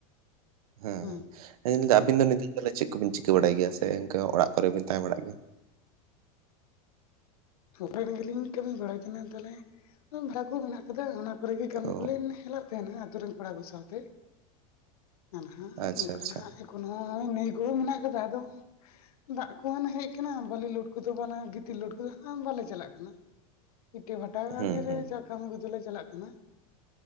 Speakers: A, on the right; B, on the left.
A: ᱦᱮᱸ
B: ᱦᱩᱸ
A: ᱛᱮᱸᱦᱮᱧ ᱫᱚ ᱟᱵᱤᱱ ᱫᱚ ᱱᱤᱛᱚᱜ ᱪᱮᱫ ᱠᱚᱵᱤᱱ ᱪᱤᱠᱟᱹ ᱵᱟᱲᱟᱭ ᱜᱮᱭᱟ ᱥᱮ ᱤᱱᱠᱟᱹ ᱚᱲᱟᱜ ᱠᱚᱨᱮᱵᱤᱱ ᱛᱟᱦᱮᱸ ᱵᱟᱲᱟᱜ ᱜᱮᱭᱟ?
B: <unintelligible> ᱜᱮᱞᱤᱧ ᱠᱟᱹᱢᱤ ᱵᱟᱲᱟᱭ ᱠᱟᱱᱟ ᱛᱟᱦᱚᱞᱮ ᱵᱷᱟᱲᱟ ᱠᱚ ᱢᱮᱱᱟᱜ ᱟᱠᱟᱫᱟ ᱚᱱᱟ ᱠᱚᱨᱮ ᱜᱮ ᱜᱮ ᱠᱟᱹᱢᱤ
A: ᱚ
B: ᱠᱚᱞᱮᱧ ᱦᱮᱞᱟᱜ ᱛᱟᱦᱮᱱᱟ ᱟᱹᱛᱩ ᱨᱮᱱ ᱠᱚᱲᱟ ᱠᱚ ᱥᱟᱶᱛᱮᱼᱼ ᱟᱨᱦᱚ
A: ᱟᱪᱪᱷᱟ
B: ᱚᱱᱠᱟ
A: ᱟᱪᱪᱷᱟ
B: ᱦᱟᱜ ᱮᱠᱷᱮᱱ ᱦᱚᱸ ᱱᱟᱹᱭ ᱜᱚᱲᱚ ᱢᱮᱱᱟᱜ ᱜᱮᱫᱚ ᱟᱫᱚᱼᱼ ᱫᱟᱜ ᱠᱚ ᱦᱟᱱᱮ ᱦᱮᱡ ᱟᱠᱟᱱᱟ ᱵᱟᱞᱤ ᱞᱳᱰ ᱠᱚᱫᱚ ᱵᱟᱝ ᱜᱤᱛᱤᱞ ᱞᱳᱰ ᱠᱚᱫᱚ ᱵᱟᱞᱮ ᱪᱟᱞᱟᱜ ᱠᱟᱱᱟ ᱤᱴᱟᱹ ᱵᱷᱟᱴᱟ
A: ᱦᱩᱸ ᱦᱩᱸ
B: ᱠᱟᱹᱢᱤ ᱠᱚᱫᱚ ᱪᱟᱞᱟᱜ ᱠᱟᱱᱟ